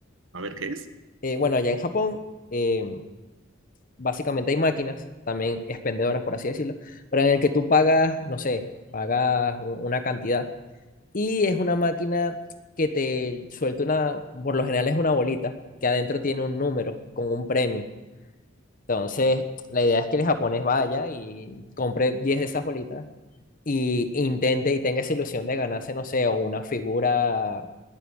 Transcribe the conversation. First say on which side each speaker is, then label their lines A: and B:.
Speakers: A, on the right; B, on the left.
A: A ver qué es.
B: Eh, bueno, allá en Japón eh, básicamente hay máquinas, también expendedoras por así decirlo, pero en el que tú pagas, no sé, pagas u- una cantidad y es una máquina que te suelta una, por lo general es una bolita que adentro tiene un número con un premio. Entonces, la idea es que el japonés vaya y compre 10 de esas bolitas y e intente y tenga esa ilusión de ganarse, no sé, o una figura